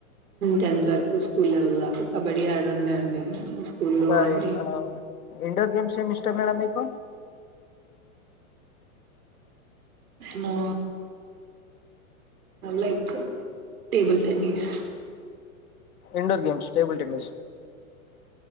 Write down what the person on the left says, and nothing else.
ఇంకా ఆ, ఇండోర్ గేమ్స్ ఏమిష్టమ్ మేడం మీకు?
indoor games, table tennis